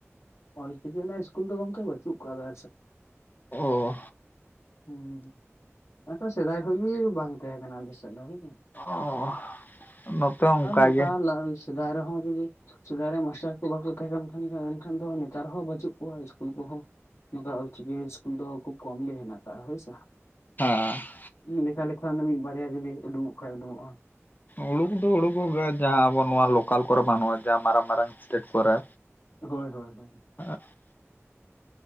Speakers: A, on the left; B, on the left.
A: ᱚᱞ ᱪᱤᱠᱤ ᱨᱮᱱᱟᱜ ᱤᱥᱠᱩᱞ ᱫᱚ ᱜᱚᱝᱠᱮ ᱵᱟᱪᱩᱜ ᱠᱟᱣ ᱫᱟ᱾
B: ᱚ
A: ᱦᱮᱸ ᱮᱱᱠᱟ ᱥᱮᱫᱟᱭ ᱠᱷᱚᱡ ᱜᱤ ᱵᱟᱝ ᱛᱮᱦᱮ ᱠᱟᱱᱟ ᱟᱞᱮ ᱥᱮᱫ ᱫᱚ ᱦᱩᱸ
B: ᱚ, ᱱᱚᱛᱮ ᱦᱚᱸ
A: ᱟᱨ
B: ᱚᱱᱠᱟ
A: ᱱᱚᱠᱟ
B: ᱜᱮ
A: ᱥᱮᱫᱟᱭ ᱨᱮᱦᱚᱸ ᱡᱩᱫᱤ ᱥᱮᱫᱟᱭ ᱨᱮ ᱢᱟᱥᱴᱟᱨ ᱠᱩ ᱵᱟᱠᱚ ᱛᱟᱦᱮᱸ ᱠᱟᱱ ᱠᱷᱟᱱ ᱮᱱᱠᱷᱟᱱ ᱫᱚ ᱱᱮᱛᱟᱨ ᱦᱚᱸ ᱵᱟᱹᱪᱩᱜ ᱠᱚᱣᱟ ᱤᱥᱠᱩᱞ ᱠᱚᱦᱚᱸ ᱱᱚᱠᱟ ᱚᱞᱪᱤᱠᱤ ᱤᱥᱠᱩᱞ ᱫᱚ ᱠᱷᱩᱵ ᱠᱚᱢ ᱜᱮ ᱦᱮᱱᱟᱜ ᱦᱳᱭᱥᱮ
B: ᱦᱮᱸ
A: ᱞᱮᱠᱷᱟ ᱞᱮᱠᱷᱟᱱ ᱢᱤᱫ ᱵᱟᱨᱭᱟ ᱡᱩᱫᱤ ᱩᱰᱩᱝᱚᱜ ᱠᱷᱟᱡ ᱩᱰᱩᱝᱚᱜ-ᱟ
B: ᱩᱲᱩᱠ ᱫᱚ ᱩᱲᱩᱠ ᱠᱚᱜ ᱜᱮᱭᱟ ᱡᱟᱦᱟᱸ ᱟᱵᱚ ᱱᱚᱣᱟ ᱞᱳᱠᱟᱞ ᱠᱚᱨᱮ ᱵᱟᱹᱱᱩᱜ-ᱟ ᱡᱟᱦᱟᱸ ᱢᱟᱨᱟᱝ ᱢᱟᱨᱟᱝ ᱮᱥᱴᱮᱴ ᱠᱚᱨᱮ
A: ᱦᱳᱭ ᱦᱳᱭ ᱦᱳᱭ
B: <unintelligible>